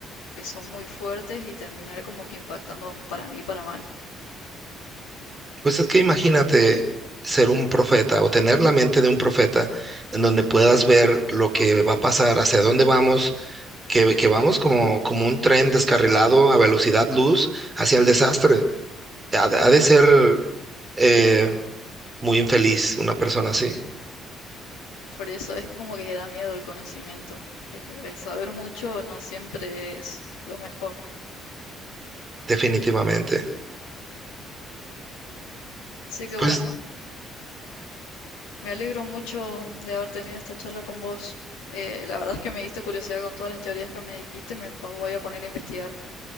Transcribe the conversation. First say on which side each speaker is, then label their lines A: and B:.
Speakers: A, on the left (about 70°); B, on the right (about 25°).
A: que son muy fuertes y terminar como que impactando para mí para mal.
B: Pues es que imagínate ser un profeta o tener la mente de un profeta en donde puedas ver lo que va a pasar, hacia dónde vamos que, que vamos como, como un tren descarrilado a velocidad luz hacia el desastre. Ha, de ha de ser eh, muy infeliz una persona así,
A: Por eso es como que da miedo el conocimiento. Es- El saber mucho no siempre es lo mejor.
B: definitivamente.
A: Así que
B: Pues
A: bueno, me alegro mucho de haber tenido esta charla con vos. Eh, la verdad es que me diste curiosidad con todas las teorías que me dijiste, me po- voy a poner a investigar.